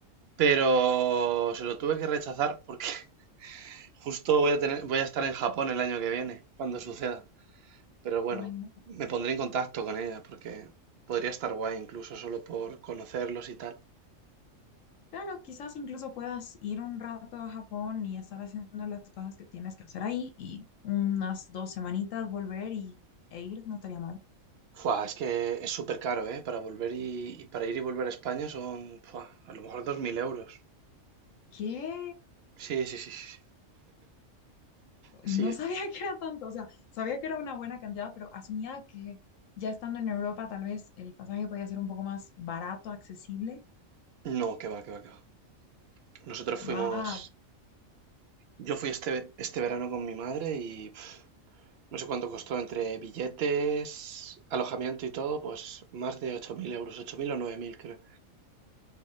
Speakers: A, on the right (about 65°); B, on the left (about 75°).
A: pero se lo tuve que rechazar porque <laughs> justo voy a tener, voy a estar en Japón el año que viene, cuando suceda. Pero bueno,
B: Ay, no.
A: me pondré en contacto con ella porque podría estar guay incluso solo por conocerlos y tal.
B: Claro, quizás incluso puedas ir un rato a Japón y estar haciendo las cosas que tienes que hacer ahí y unas dos semanitas volver y, e ir, no estaría mal.
A: Fua, es que es súper caro, ¿eh? Para volver y, y para ir y volver a España son, fua, a lo mejor 2.000 euros.
B: ¿Qué?
A: Sí, sí, sí, sí. Sí, Sí,
B: No sabía <laughs> que era tanto, o sea, sabía que era una buena cantidad, pero asumía que ya estando en Europa tal vez el pasaje podía ser un poco más barato, accesible.
A: no, que va, que va, que va. Nosotros
B: Wow,
A: fuimos, yo fui este, este verano con mi madre y pf, no sé cuánto costó entre billetes, alojamiento y todo, pues más de 8.000 euros, 8.000 o 9.000, creo.